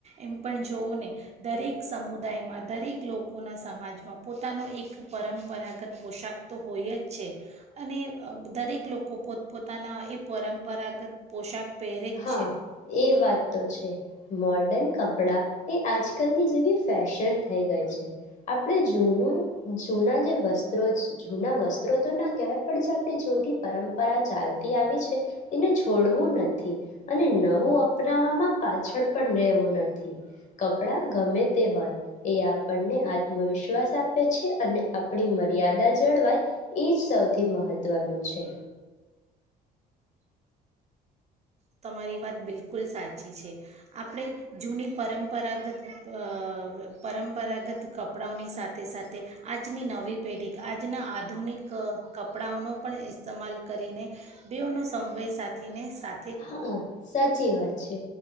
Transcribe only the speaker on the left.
હા
એ વાત તો છે. મોર્ડન કપડા એ આજ કલની જેવી ફેશન થઈ ગઈ છે આપણે જૂનું જૂના જે વસ્ત્રો જૂના વસ્ત્રો તો ના કહેવાય પણ જે આપણી જૂની પરંપરા ચાલતી આવી છે એને છોડવું નથી. અને નવું અપનાવવામાં પાછળ પણ રહેેવું નથી. કપડાં ગમે તે હોય એ આપણને આત્મવિશ્વાસ આપે છે અને આપણી મર્યાદા જળવાય એ જ સૌથી મહત્વનું છે.
હા સાચી વાત છે.